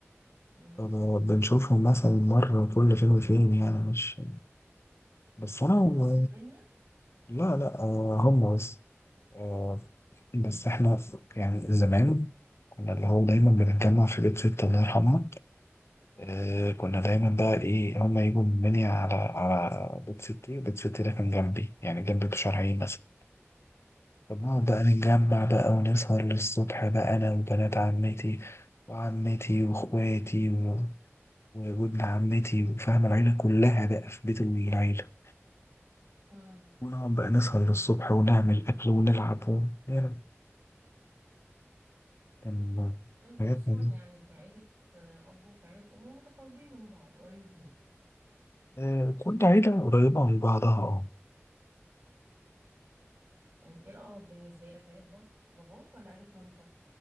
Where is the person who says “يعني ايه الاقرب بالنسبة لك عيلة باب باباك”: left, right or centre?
Right